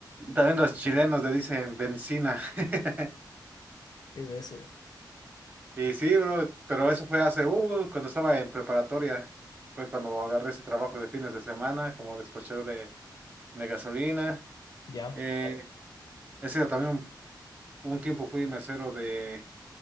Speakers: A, on the right; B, on the left.
A: También los chilenos le dicen benzina. <laughs>
B: es eso.
A: Y sí, bro, pero eso fue hace, uh, cuando estaba en preparatoria. Fue cuando agarré ese trabajo de fines de semana como despachero de, de gasolina.
B: Ya.
A: Eh, he sido también un, un tiempo fui mesero de,